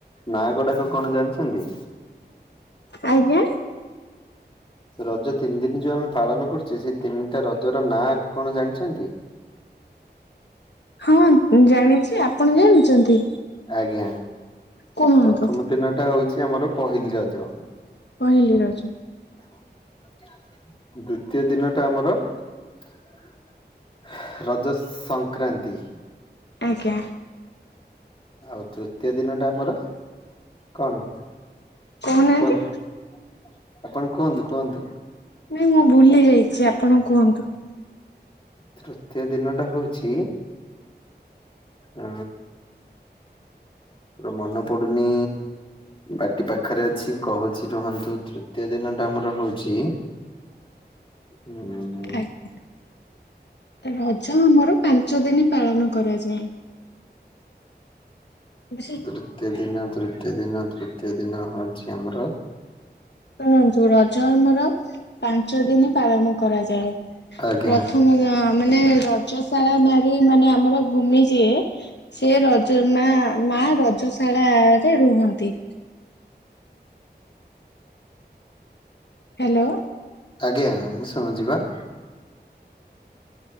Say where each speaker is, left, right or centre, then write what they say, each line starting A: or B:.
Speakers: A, on the left (about 30°); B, on the left (about 75°).
A: ନା ଗଡାକ କଣ ଜାଣିଛନ୍ତି।
B: ଆଜ୍ଞା।
A: ରଜ ତିନି ଦିନ ଯୋଉ ଆମେ ପାଳନ କରୁଛେ। ସେ ତିନିଟା ରଜ ର ନାଁ କଣ ଜାଣିଛନ୍ତି।
B: ହଁ ଜାଣିଛି ଆପଣ ଜାଣିଛନ୍ତି।
A: ଆଜ୍ଞା।
B: କୁହନ୍ତୁ
A: ପ୍ରଥମ ଦିନ ଟା ହଉଛି ଆମର। ପହିଲି ରଜ।
B: ପହିଲି ରଜ।
A: <inaudible> ଦ୍ଵିତୀୟ ଦିନ ଟା ଆମର। <inaudible> ରଜ ସଂକ୍ରାନ୍ତି।
B: ଆଜ୍ଞା।
A: ଆଉ ତୃତୀୟ ଦିନ ଟା ଆମର କଣ?
B: କହୁନାହାନ୍ତି?
A: କୁହନ୍ତୁ। <inaudible> କୁହନ୍ତୁ
B: ନାଇଁ
A: କୁହନ୍ତୁ?
B: ମୁଁ ଭୁଲି ଯାଇଛି ଆପଣ କୁହନ୍ତୁ। <inaudible>
A: ତୃତୀୟ ଦିନ ଟା ହଉଛି। ଆ ପୁର ମନେ ପଡୁନି। ବାଟି ପାଖରେ ଅଛି କହୁଛି। ରୁହନ୍ତୁ ତୃତୀୟ ଦିନ ଟା ଆମର ହଉଛି। ହୁଁ।
B: ଆଜ୍ଞା ରଜ ଆମର ପାଞ୍ଚ ଦିନ ପାଳନ କରାଯାଏ। ସେ
A: ତୃତୀୟ ଦିନ ତୃତ ତିୟ ଦିନ ତୃତୀୟ ଦିନ ହଉଛି ଆମର।
B: ଶୁଣନ୍ତୁ ରଜ ଆମର ପାଞ୍ଚ ଦିନି ପାଳନ କରାଯାଏ।
A: ଆଜ୍ଞା
B: ପ୍ରଥମ ଆ ମାନେ ରଜଶାଳା ନାରୀ। ମାନେ ଆମର ଭୂମି ଯିଏ ସେ ରଜ ମା ମା ରଜଶାଳା ରେ ରୁହନ୍ତି। ହ୍ୟାଲୋ
A: ଆଜ୍ଞା ମୁଁ ଶୁଣୁଛି ବା। <inaudible>